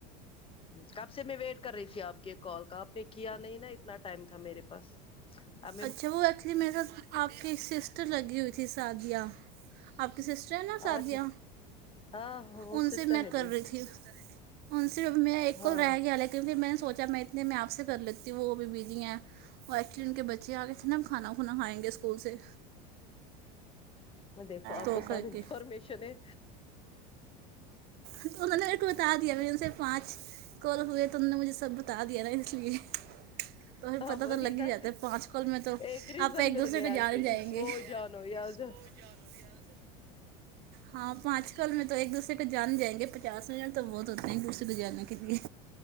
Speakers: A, on the left (about 25°); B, on the right (about 50°).
A: کب سے میں ویٹ کر رہی تھی آپ کے کال کا آپ نے کیا نہیں نا اتنا ٹائم تھا میرے پاس آپ
B: اچھا وہ ایکچولی میرے ساتھ آپ کی سسٹر لگی ہوئی تھی سادیا آپ کے سسٹر ہیں نا سعدیہ
A: اچھا ہاں وہ
B: ان
A: سسٹر
B: سے میں
A: ہے
B: کر
A: میری
B: رہی تھی ان سے میں ایک
A: ہاں
B: کول رہ گیا ل کیونکہ میں سوچا میں اتنے میں آپ سے کر لیتی ہوں وہ ا بھی بزی ہیں اور ایکچولی ان کے بچے آ گئے تھے نا کھانا ہونا کھائیں گے اسکول سے
A: میں دیکھو آپ
B: تو
A: کو سب
B: کر
A: انفارمیشن
B: کے
A: ہے
B: انہوں نے میرے کو بتا دیا م ان سے پانچ کال ہوئے توم نے مجھے سب بتا دیا نا اس لیے تو پھر
A: ہاں
B: پتا
A: وہی
B: تو لگ
A: نا
B: ہی جاتا ہے پانچ کال میں تو
A: ایک ریزن
B: آپ ایک
A: مل
B: دوسرے
A: گیا
B: کو جانے
A: کہ
B: جائیں
A: اس
B: گے
A: وہ
B: کو
A: جانو یا ج
B: جا لو ییاز ہاں پانچ کال میں تو ایک دوسرے کو جان جائیں گے پچاس منٹ تو بہت ہوتے ہیں گور سے گ جانے کے لیے